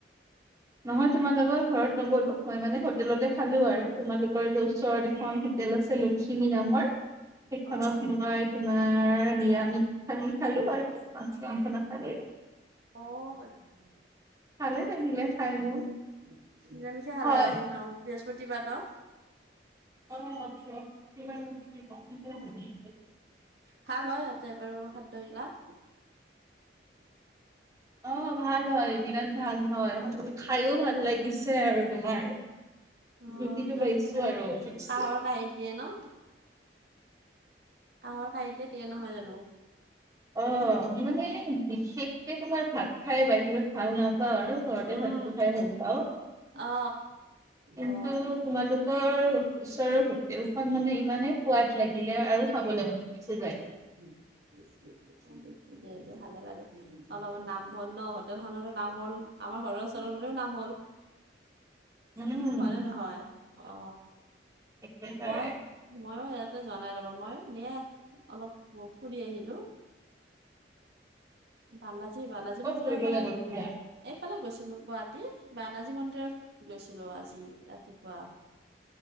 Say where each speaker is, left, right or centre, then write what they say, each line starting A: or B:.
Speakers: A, on the right; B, on the right.
A: নহয় তোমাৰ লগৰ ঘৰত নগ'লো মই মানে হোটেলতে খালো আৰু তোমালোকৰ যে ওচৰত এখন- হোতেল আছে লখিমী নামৰ সেইখনত
B: অ
A: মই- তোমাৰ নিৰামিষ থালি খালো আৰু মাছ মাংস নাই খোৱা দেই,
B: অ হয় নেকি?
A: ভালে লাগিলে।
B: নিৰামিষে
A: খাই মোৰ
B: খালা
A: হয়
B: আজি ন বৃহস্পতিবাৰ ন।
A: অফ <unintelligible>
B: খাল হয় ইহতে বাৰু খাদ্য গিলাক-
A: অঁ ভাল হয় বিৰাট ভাল হয়, খায়ো ভাল লাগিছে আৰু তোমাৰ-
B: অ
A: জুতিটো
B: একদম
A: পাইছো আৰু ঠিকছে।
B: কাঁহৰ কাঁহীত দিয়ে ন। কাঁহৰ কাঁহীতে দিয়ে নহয় জানো।
A: অ
B: কি
A: মানে বিশেষকে তোমাৰ ভাত খাই বাহিৰত- ভাল নাপাওঁ আৰু ঘৰতে
B: উম
A: ভাতটো খাই ভাল পাওঁ।
B: অ
A: কিন্তু
B: অ
A: তোমালোক- তোৰ ওচৰৰ হোটেলখন মানে ইমানে সোৱাদ লাগিলে আৰু খাবলে মন গুছি যায়।
B: উ <unintelligible> দিয়া দিয়া ভালে বাৰু অলপত নাম হ'ল ন হোটেল খনৰো নাম হ'ল। আমাৰ ঘৰৰ ওচৰৰ বোৰৰ নাম হ'ল।
A: উম
B: হয়নে নহয় অ।
A: একে বাৰে।
B: মই ময়ো ইয়াতে জনাই ৰবা মই এনে অলপ ফুৰি আহিলো। বাালজী বাালজী
A: ক'ত
B: মন্দিৰ
A: ফুৰিবলৈ
B: ফালে
A: গৈছিলা
B: - এইফালে গৈছিলো গুৱাহাটী বানাজী মন্দিৰত গৈছিলো আজি ৰাতিপুৱা।